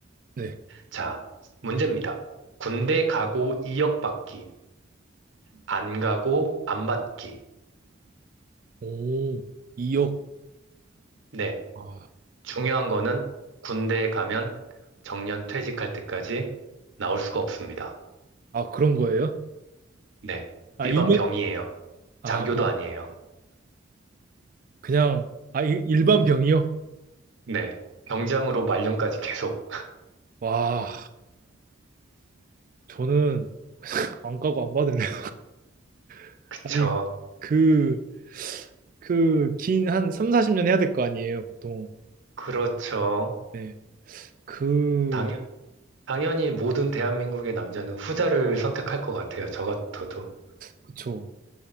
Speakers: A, on the right (about 40°); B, on the right (about 70°).
A: 네.
B: 자, 문제입니다. 군대 가고 2억 받기, 안 가고 안 받기.
A: 오, 2억.
B: 네,
A: 아,
B: 중요한 거는 군대에 가면 정년 퇴직할 때까지 나올 수가 없습니다.
A: 아, 그런 거예요?
B: 네,
A: 아,
B: 일반
A: 이년
B: 병이에요.
A: 아,
B: 장교도 아니에요.
A: 그냥, 아, 일- 일반 병이요?
B: 네, 병장으로 말년까지 계속.
A: 와, 저는 안 가고 안 받을래요. <laughs>
B: 그쵸,
A: 아니, 그, 그, 긴 한 3, 40년 해야 될 거 아니에요, 보통.
B: 그렇죠.
A: 네. 그,
B: 당연, 당연히 모든 대한민국의 남자는 후자를 선택할 것 같아요. 저 같아도.
A: 그쵸.